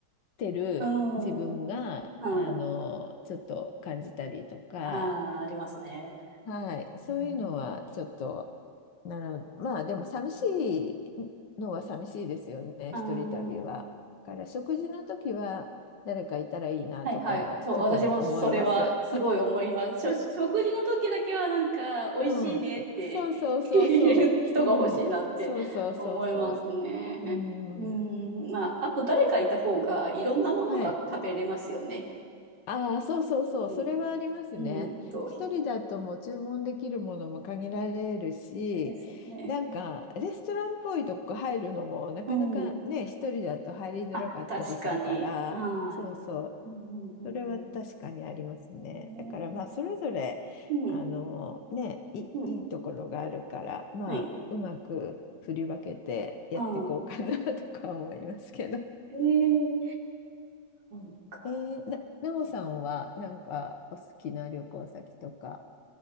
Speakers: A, on the left; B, on the right.
A: てる自分が、
B: うん。はい。
A: あの、ちょっと感じたりとか。
B: ああ、ありますね。
A: はい、そういうのはちょっと、
B: うん
A: なの、まあでも寂しいのは寂しいですよね、
B: ああ、
A: 一人旅は。だから食事の時は誰かいたらいいなとかも特に思います。
B: はいはい。そう、私もそれはすごい思います。しょ食事の時だけはなんか、
A: <laughs>
B: 美味しいねって
A: うん、そうそうそうそう、
B: <laughs> 言える人が欲しいなって思いますね。
A: うん、そうそうそうそう、うん、
B: うん、まあ、あと誰かいた方がいろんなものが食べれますよね。
A: はい。ああ、そうそうそう、
B: うん。
A: それはありますね。
B: うんと、
A: 一人だともう注文できるものも限られるし、
B: ですよね。
A: なんかレストランっぽいとこ入るのもなかなかね、
B: うん。うん。
A: 一人だと入りづらかったりするから、
B: あ、確かに。は
A: そうそう、
B: い。うんうんうん
A: それは確かにありますね。
B: うん。
A: だからまあ、
B: ね
A: それぞれ、
B: うん。
A: あのね、い、
B: うん。
A: いいところがあるから、まあ、
B: はい。
A: うまく振り分けてやっていこうかな
B: は
A: <laughs> とか思いますけど。
B: い。えー、そうか。
A: えー、な、なおさんは、なんか、お好きな旅行先とか、